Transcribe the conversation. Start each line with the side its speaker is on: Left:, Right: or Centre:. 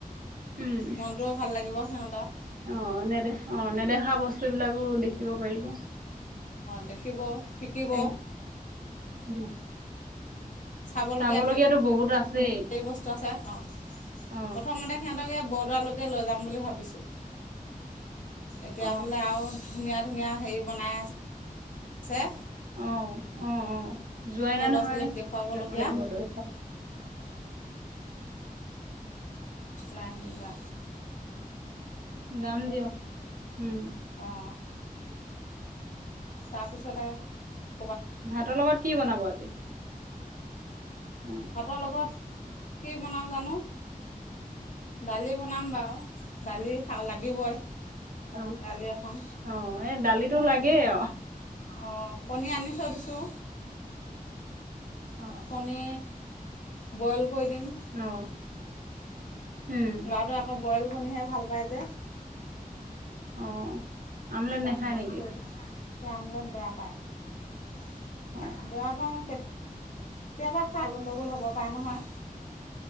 Right: উম,
Left: মনটোও ভাল লাগিব। সিহতক
Right: অ নেদেখ অ নেদেখা বস্তুবলাকো দেখিব পাৰিব
Left: দেখিব শিকিব
Right: এই উম
Left: চাবলগীয়া
Right: চাবলগীয়াতো
Left: ধেইৰ
Right: বহুত আছেই
Left: বস্তু আছে অ
Right: অ
Left: প্ৰথমতে সিহঁতকে বৰদোৱালৈকে লৈ যাম বুলি ভাবিছোঁ। এতিয়া
Right: অ
Left: বোলে আৰু ধুনীয়া। ধুনীয়া হেৰি বনাই আছে
Right: অ উম উম যোৱাই
Left: সৰু
Right: না
Left: ল'ৰা
Right: নহয়
Left: ছোৱালীক দেখুৱাবলগীয়া
Right: যাব লাগিব লয়
Left: লাই হংৰা
Right: যাম দিয়ক উম
Left: অ তাৰপিছত আৰু
Right: ভাতৰ লগত কি বনাব আজি- অ
Left: ভাতৰ লগত- কি বনাওঁ জানো দালি বনাম বাৰু- দালি খা লাগিবই
Right: অ
Left: দালি এখন
Right: অ এ দালিতো লাগেও অ
Left: অ কণী আনি থৈ দিছোঁ
Right: অ
Left: কণী, বইল কৰি দিম।
Right: অ। উম
Left: লৰাটোৱে আকৌ বইল কনিহে ভাল পায় যে
Right: অ। আমলেট
Left: তাক
Right: নাখায়
Left: বইল
Right: নেকি
Left: কৰি আমলেত বেয়া পায়।
Right: অ
Left: বেয়া পায় মানে কেতি কেতিয়াবা খাই গোণ্ডগোল হ'ব পাৰে নহয়।